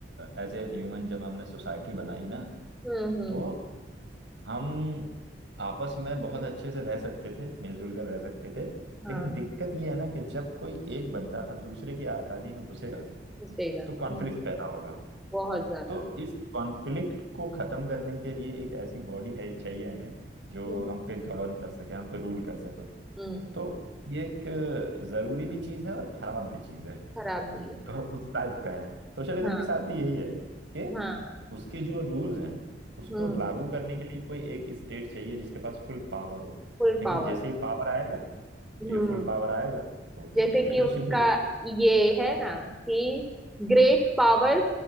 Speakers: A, on the right; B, in the centre.
A: एज ए ह्यूमन जब हमने सोसाइटी बनाई ना
B: हम्म हम्म
A: तो हम आपस में बहुत अच्छे से रह सकते थे मिलजुल कर रह सकते थे
B: हाँ
A: लेकिन दिक्कत ये है ना कि जब कोई एक बंदा दूसरे की आज़ादी में घुसेगा
B: घुसेगा
A: तो कॉन्फ्लिक्ट
B: हम्म
A: पैदा होगा
B: बहुत ज्यादा
A: तो इस कॉन्फ्लिक्ट को खत्म करने के लिए एक ऐसी बॉडी है चाहिए हमें जो
B: हम्म
A: हम पे गवर्न कर सके हम पे रूल कर सके
B: हम्म
A: तो ये एक जरूरी भी चीज है और खराब भी चीज है
B: खराब भी है
A: तो उस टाइप का है सोशलिज्म
B: हाँ
A: के साथ भी यही है कि
B: हाँ
A: उसके जो रूल्स हैं उसको
B: हम्म
A: लागू करने के लिए कोई एक स्टेट चाहिए जिसके पास फुल पावर हो
B: Full
A: लेकिन
B: power
A: जैसे ही पावर आएगा
B: हम्म
A: ये फुल पावर आएगा तो
B: जैसे
A: फिर डिक्टेटरशिप
B: कि उसका
A: हो जाएगी
B: ये है ना कि great powers